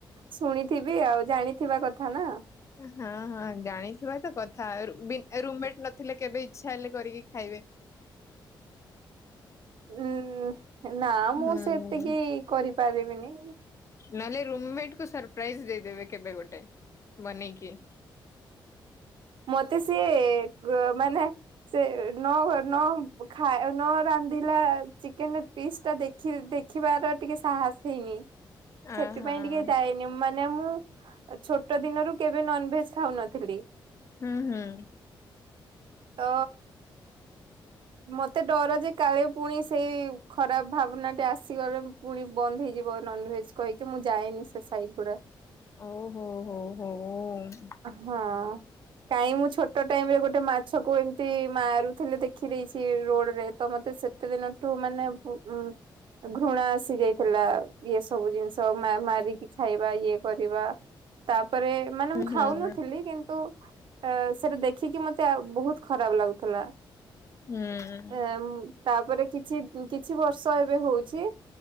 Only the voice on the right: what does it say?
ଶୁଣିଥିବି ଆଉ ଜାଣିଥିବା କଥା ନା।
ଉଁ ନା ମୁଁ
ସେତିକି କରିପାରିବିନି।
ମତେ ସିଏ ଗ ମାନେ ସେ ନ ନ ଖା ନ ରାନ୍ଧ ନ୍ଧିଲା ଚିକେନ ପିସ୍ ଟା ଦେଖି ଦେଖିବାର ଟିକେ ସାହସ ହେଇନି।
ସେଥିପାଇଁ
ଟିକେ ଯାଇନି ମା ମାନେ ମୁଁ ଛୋଟ ଦିନରୁ କେବେ ନନଭେଜ ଖାଉନଥିଲି
ତ ମତେ ଡର ଯେ କାଳେ ପୁଣି ସେଇ ଖରାପ ଭାବନାଟେ ଆସ ଆସିଗଲେ ପୁଣି ବନ୍ଦ ହେଇଯିବ ନନଭେଜ୍ କହିକି ମୁଁ ଯାଏନି ସାଇଟ୍ ଗୁଡା
ହଁ। କାଇଁ ମୁଁ ଛୋଟ ଟାଇମ୍ ରେ ଗୋଟେ ମାଛକୁ ଏମିତି ମାରୁଥିଲେ ଦେଖ ଦେଖି ଦେଇଚି ରୋଡରେ ତ ମତେ ସେତେ ଦିନଠୁ ମାନେ ବ୍ ଉଁ ଘୃଣା ଆସି ଯାଇଥିଲା ଇଏ ସବୁ ଜିନିଷ ମା ମାରିକି ଖାଇବା ଇଏ କରିବା ତାପରେ ମାନେ
ମୁଁ ଖାଉନଥିଲି
କିନ୍ତୁ ଆ ସେଟା ଦେଖିକି ମତେ ଆ ବହୁତ ଖରାପ ଲାଗୁଥିଲା।
ଆ ମ୍ ତାପରେ କିଛି କିଛି ବର୍ଷ ଏବେ ହୋଉଚି।